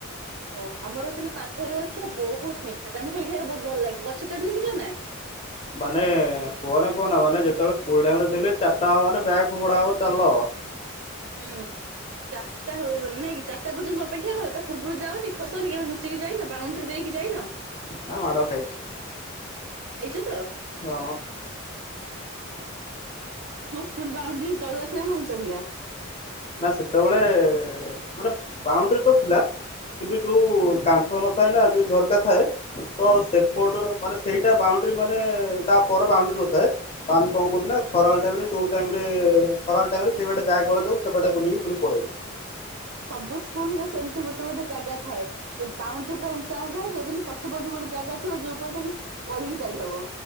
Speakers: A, on the right; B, on the left.
A: ଓ ଆମର କିନ୍ତୁ ପାଖରେ ଅଛି। ଆଉ ବହୁତ ମିଠା ଜାମୁକୋଳି ଖାଇବାକୁ ବହୁତ ଭଲ ଲାଗେ। ଗଛ ଚଢି ଶିକିଛନା।
B: ମାନେ କୁହନା କୁହନା ମାନେ ଯେତେବେଳେ ସ୍କୁଲ୍ ଟାଇମ୍ ରେ ଥିଲି ଚାର୍ଟା ହବ ମାନେ ବ୍ୟାଗ ଫୋପଡା ହବ ଚାଲ।
A: ହୁଁ। ଚାର୍ଟା ହବ ମାନେ ଚାର୍ଟା ପର୍ଯ୍ୟନ୍ତ ଆପେକ୍ଷା କର ତା ପୂର୍ବରୁ ଯାଓନି। ଖସନି କେବେ ଲୁଚିକି ଯାଇନ। ବାଉଣ୍ଡରୀ ଦେଇକି କି ଯାଇନ।
B: ନା ମାଡ ଖାଇଛି।
A: ଖାଇଚ ତ।
B: ଚ।
A: ସ୍କୁଲ୍ ବାଉଣ୍ଡୁରୀ ତଳୁଆ ଥିଲା ନା ଉଁଚ୍ଚା ଥିଲା।
B: ନା ସେତେବେଳେ ମାନେ ବାଉଣ୍ଡୁରୀ ତ ଥିଲା। କିନ୍ତୁ ଯୋଉ
A: ହୁଁ।
B: କାନ୍ଥ ନଥାଏ ନା ଯୋଉ ଝରକା ଥାଏ। ତ ସେପଟ ମାନେ ସେଇ ଟା ବାଉଣ୍ଡୁରୀ ମାନେ ତା ପର ବାଉଣ୍ଡୁରୀ ନଥାଏ। ତ ଆମେ କଣ କରୁ ନା ଖରାଳ ଟାଇମ୍ ରେ ଯେଉଁ ଟାଇମ୍ ରେ ଖରାଳ ଟାଇମ୍ ରେ ସେଇ ବାଟେ ବ୍ୟାଗ୍ ଗଳେଇ ଦେଉ। ଏପଟେ ବୁଲିକି ପୁଣି ପଲେଇବୁ।
A: ସବୁ ସ୍କୁଲ୍ ରେ ସେମିତି ଗୋଟେ ଗୋଟେ ଜାଗା ଥାଏ। କି ବାଉଣ୍ଡୁରି ପୁରା ଉଁଚ୍ଚା ଉଁଚ୍ଚା ହେଇଥିବ କିନ୍ତୁ ପଛ ପଟୁ ଗୋଟେ ଗୋଟେ ଜାଗା ଥିବ ଯୋଉ ପଟେ କି ଗଳିକି ଯାଇ ହବ।